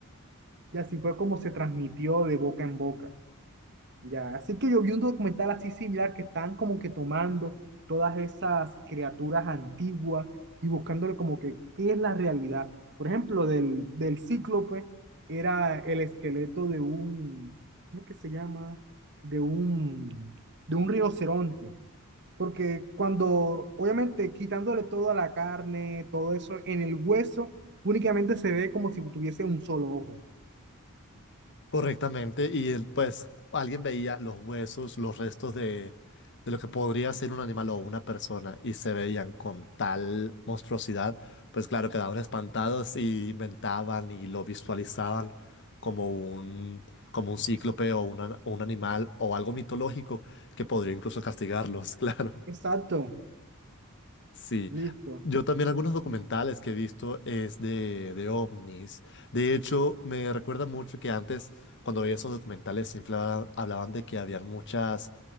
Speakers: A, on the right; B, on the left.
A: Y así fue como se transmitió de boca en boca. Ya, así que yo vi un documental así similar que están como que tomando todas esas criaturas antiguas y buscándole como que qué es la realidad. Por ejemplo, del, del cíclope era el esqueleto de un, ¿cómo que se llama? De un, de un rinoceronte. Porque cuando, obviamente, quitándole toda la carne, todo eso, en el hueso, únicamente se ve como si tuviese un solo ojo.
B: Correctamente, y él, pues alguien veía los huesos, los restos de, de lo que podría ser un animal o una persona y se veían con tal monstruosidad, pues claro, quedaban espantados y inventaban y lo visualizaban como un, como un cíclope o una- o un animal o algo mitológico que podría incluso castigarlos, <laughs> claro.
A: Exacto.
B: Sí,
A: Listo.
B: yo también algunos documentales que he visto es de, de ovnis. De hecho, me recuerda mucho que antes, cuando veía esos documentales, siempre habla- hablaban de que habían muchas